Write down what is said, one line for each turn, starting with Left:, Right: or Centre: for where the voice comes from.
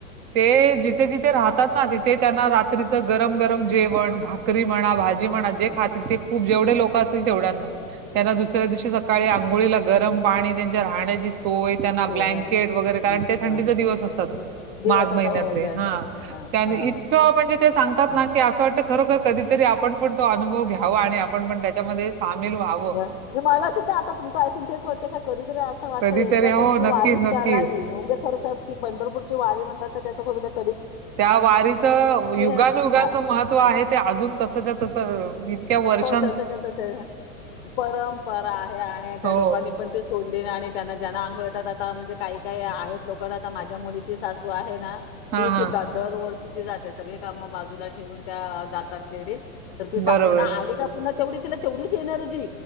Right: ते जिथे जिथे रा ना तिथे त्यांना रात्रीचं गरम गरम जेवण भाकरी म्हणा, भाजी म्हणा जे
Left: हां,
Right: खातील ते जेवढे लोक असतील तेवढ्यांना त्यांना दुसऱ्या
Left: हां.
Right: दिवशी सकाळी आंघोळी ला गरम पाणी, त्यांच्या राहण्याची सोय, त्यांना
Left: सोहळा
Right: ब्लँकेट वगैरे कारण
Left: हं,
Right: ते थंडीचे
Left: बघा.
Right: दिवस असतात
Left: हं. दिवस
Right: माघ महिन्यातले
Left: असा हो.
Right: हा.
Left: हां,
Right: इतकं
Left: हां,
Right: म्हणजे ते सांगतात
Left: हां.
Right: ना की असं वाटतं खरोखर कधीतरी आपण पण तो अनुभव घ्याव आणि आपण पण त्याच्यामध्ये सामील व्हावं.
Left: नाही मला सुद्धा आता तुमचं ऐकून तेच वतते का कधी तर वाटत
Right: कधीतरी
Left: एकदा
Right: हो
Left: तरी ती वारी
Right: नक्कीच नक्कीच
Left: करावी. म्हणजे खरखर ती पंढरपूरची वारी म्हणतात तर त्याच ख
Right: त्या वारीच युगानयुगांचं
Left: हां,
Right: महत्व आहे
Left: हां.
Right: ते अजून तसच्या तस. इतक्या वर्ष.
Left: तसाच्या तसा आहे परंपरा आहे आणि त्या
Right: हो.
Left: लोकांनी पण ते, तोंडी आणि त्यांना जेना अनुभव येतात, आता म्हणजे काही काही आहेत लोकना आता माझ्या मुलीची सासू आहे ना.
Right: हां,
Left: ती सुद्धा
Right: हां.
Left: दरवर्षी ती जाते, सगळी कामं बाजूला ठेवून त्या जातात लेडीज तर ती सांगते
Right: बरोबर.
Left: ना आली का, पुन्हा तेवढी तिला तेवढीच एनर्जी